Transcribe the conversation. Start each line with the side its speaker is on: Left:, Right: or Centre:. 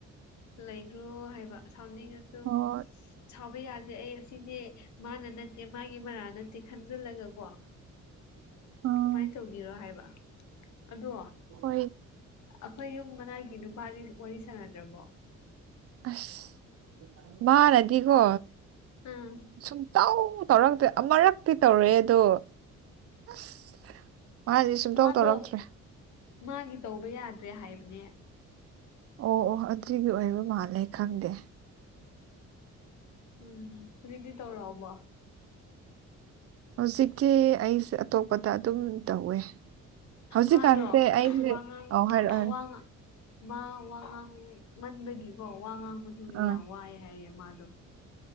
Left: ꯂꯩꯈ꯭ꯔꯣ ꯍꯥꯏꯕ ꯁꯥꯎꯅꯤꯡꯉꯁꯨ
Right: ꯍꯣꯏ
Left: ꯁꯥꯎꯕ ꯌꯥꯗꯦ ꯑꯩ ꯑꯁꯤꯗꯤ ꯃꯥꯅ ꯅꯠꯇꯦ ꯃꯥꯒꯤ ꯃꯔꯥꯟ ꯅꯠꯇꯦ ꯈꯟꯖꯤꯜꯂꯒ ꯀꯣ
Right: ꯎꯝ
Left: ꯗꯨꯃꯥꯏꯟ ꯇꯧꯕꯤꯔꯣ ꯍꯥꯏꯕ ꯑꯗꯣ
Right: ꯍꯣꯏ
Left: ꯑꯈꯣꯏ ꯌꯨꯝ ꯃꯅꯥꯛꯒꯤ ꯅꯨꯄꯥꯗꯤ ꯋꯥꯔꯤ ꯁꯥꯟꯅꯗ꯭ꯔꯕꯣ
Right: ꯑꯁ ꯃꯥꯅꯗꯤꯀꯣ
Left: ꯎꯝ
Right: ꯁꯨꯛ ꯇꯧ ꯇꯧꯔꯛꯇꯦ ꯑꯃꯔꯛꯇꯤ ꯇꯧꯔ‌ꯦ ꯗꯣ ꯑꯁ ꯃꯥꯗꯤ ꯁꯨꯡꯇꯧ
Left: ꯃꯥꯗꯣ
Right: ꯇꯧꯔꯛꯇ꯭ꯔꯦ
Left: ꯃꯥꯒꯤ ꯇꯧꯕ ꯌꯥꯗ꯭ꯔꯦ ꯍꯥꯏꯕꯅꯦ
Right: ꯑꯣ ꯑꯣ ꯑꯗꯨꯒꯤ ꯑꯣꯏꯕ ꯃꯥꯜꯂꯦ ꯈꯪꯗꯦ
Left: ꯎꯝ ꯍꯧꯖꯤꯛꯇꯤ ꯇꯧꯔꯑꯥꯕꯣ
Right: ꯍꯧꯖꯤꯛꯇꯤ ꯑꯩꯁꯦ ꯑꯇꯣꯞꯄꯗ ꯑꯗꯨꯝ ꯇꯧꯋꯦ ꯍꯧꯖꯤꯛꯀꯥꯟꯁꯦ
Left: ꯃꯥꯗꯣ
Right: ꯑꯩꯁꯦ
Left: ꯋꯥ ꯉꯥꯡ
Right: ꯑꯧ ꯍꯥꯏꯔꯛꯑꯣ ꯍꯥꯏꯔꯛꯑꯣ
Left: ꯋꯥꯉꯥ ꯃꯥ ꯋꯥ ꯉꯥꯡꯃꯟꯕꯒꯤꯀꯣ ꯋꯥ ꯉꯥꯡꯕꯁꯨ
Right: ꯑꯥ
Left: ꯌꯥꯝ ꯋꯥꯏ ꯍꯥꯏꯌꯦ ꯃꯥꯗꯣ